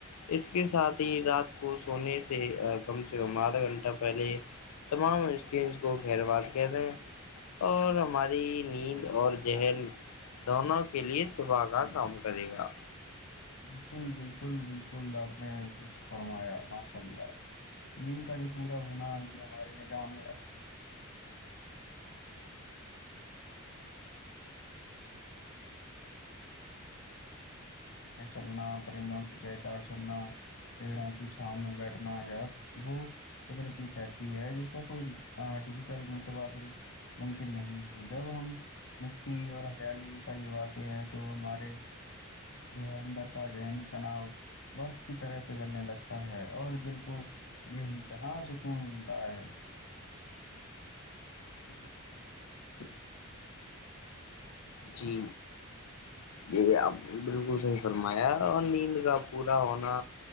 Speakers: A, on the left (about 90°); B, on the left (about 60°).
A: اس کے ساتھ ہی رات کو سونے سے کم سے کم آدھا گھنٹہ پہلے تمام اسکنس کو خیر بات کہہ دیں اور ہماری نیند اور ذہن دونوں کے لیے صبح کا
B: جی
A: کام
B: جی
A: کرے گا
B: بالکل بالکل بالکل آپ نے درست فرمایا ماشاء اللہ دین کا جو پورا ہونا ہی ہمارے نظام میں چلنا پرندوں کی چہ چاڑ سننا پڑ کی چھاں میں بیٹھنا وہ قدرتی تھرپی ہے جس میں کوئی ڈیجیٹل متبادل ممکن نہیں ہے جب ہم مٹی اور ہریالی کے قریب آتے ہیں تو ہمارے جو ہے اندر کا ذہنی تناؤ برف کی طرح پگلنے لگتا ہے اور دل کو انتہا سکون ملتا ہے <inaudible>
A: جی یہ آپ بالکل صحی فرمایا اور نیند کا پورا ہونا